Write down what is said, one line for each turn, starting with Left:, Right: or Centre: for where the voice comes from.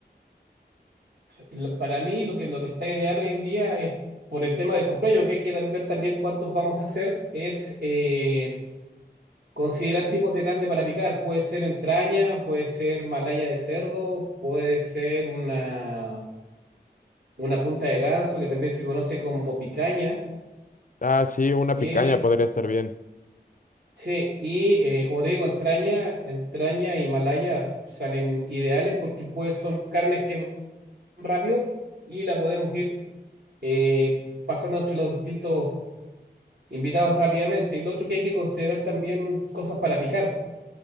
Right: lo- para mí lo que, lo que está ideal hoy en día es, por el tema del cumpleaños, que hay que ver también cuántos vamos a hacer, es eh, considerar tipos de carne para picar. Puede ser entraña, puede ser malaya de cerdo, puede ser una, una punta de ganso, que también se conoce como picaña,
Left: Ah, sí, una
Right: que,
Left: picaña podría estar bien.
Right: sí, y eh, como te digo, entraña, entraña y malaya salen ideales porque pues son carnes que van rápido y la podemos ir eh, pasando entre los distintos invitados rápidamente. Y lo otro que hay que considerar también cosas para picar.